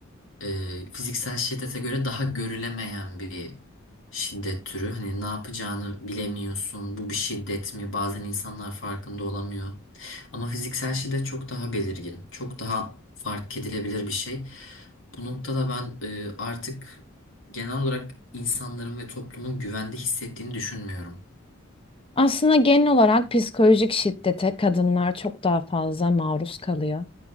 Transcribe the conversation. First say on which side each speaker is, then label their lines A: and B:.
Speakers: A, on the left; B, on the left.
A: e, fiziksel şiddete göre daha görülemeyen bir şiddet türü. Hani ne yapacağını bilemiyorsun. Bu bir şiddet mi? Bazen insanlar farkında olamıyor. Ama fiziksel şiddet çok daha belirgin, çok daha fark edilebilir bir şey. Bu noktada ben e, artık genel olarak insanların ve toplumun güvende hissettiğini düşünmüyorum.
B: Aslında genel olarak psikolojik şiddete kadınlar çok daha fazla maruz kalıyor